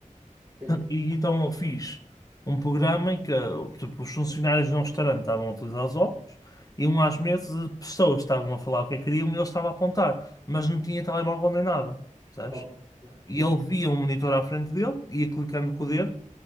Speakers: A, on the right; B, on the left.
A: É,
B: E então eu fiz um programa em que uh, tipo, os funcionários de um restaurante estavam a utilizar os óculos, iam às mesas, as pessoas estavam a falar o que é que queriam e ele estava a apontar, mas não tinha telemóvel nem nada, percebes?
A: top. Yeah,
B: E
A: yeah,
B: ele via um monitor à frente dele, ia clicando com o dedo,